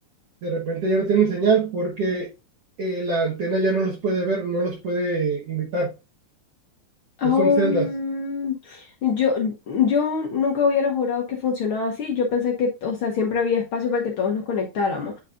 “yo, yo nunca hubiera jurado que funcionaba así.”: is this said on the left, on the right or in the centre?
Left